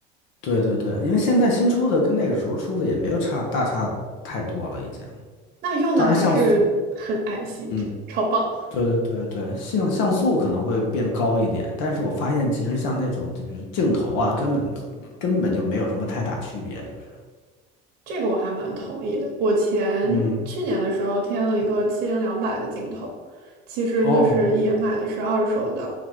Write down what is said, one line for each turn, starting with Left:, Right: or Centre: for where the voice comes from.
Left: 对对对，因为现在新出的跟那个时候出的也没有差大差太多了，已经。
Right: 那用的还是很爱惜，
Left: 当然像素。嗯。
Right: 就超棒。
Left: 对对对对，像像素可能会变高一点，但是我发现其实像那种就比如镜头啊，根本根本就没有什么太大区别，就是，
Right: 这个我还蛮同意的。我前去年的时候添了一个七零两百的镜头，
Left: 嗯，
Right: 其实就是也买的是二手的，
Left: 哦，